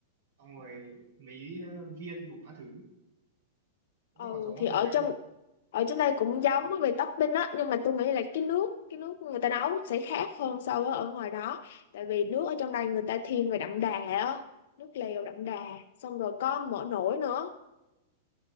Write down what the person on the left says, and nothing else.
ừ
thì
ở
trong
ở trên đây cũng giống
á về topping á nhưng mà tôi nghĩ là cái nước cái nước người ta nấu sẽ khác hơn so với ở ngoài đó tại vì nước ở trong đây người ta thiên về đậm đà á nước lèo đậm đà xong rồi có mỡ nổi nữa